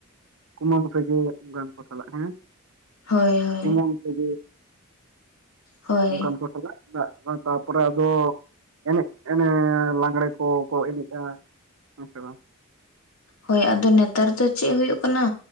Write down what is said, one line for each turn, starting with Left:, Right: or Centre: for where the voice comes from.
Right: ᱠᱩᱢᱟᱹᱝ ᱥᱮᱜᱮᱭ ᱜᱟᱱ ᱠᱚ ᱥᱟᱞᱟᱜ ᱦᱮᱸ
Left: ᱦᱳᱭ ᱦᱳᱭ ᱾
Right: ᱛᱮᱧᱟᱝ ᱥᱟᱹᱜᱟᱹᱭ
Left: ᱦᱳᱭ
Right: ᱚᱱᱠᱟᱱ ᱠᱚ ᱥᱟᱞᱟᱜ ᱛᱟᱨᱯᱚᱨᱮ ᱟᱫᱚ <unintelligible> ᱮᱱᱮᱡ ᱮᱱᱮ ᱞᱟᱜᱽᱬᱮ ᱠᱚᱠᱚ ᱮᱱᱮᱡᱼᱟ᱾ ᱦᱪ ᱥᱮ ᱵᱟᱝ <unintelligible>
Left: ᱦᱳᱭ ᱟᱫᱚ ᱱᱮᱛᱟᱨ ᱫᱚ ᱪᱮᱫ ᱦᱩᱭᱩᱜ ᱠᱟᱱᱟᱹ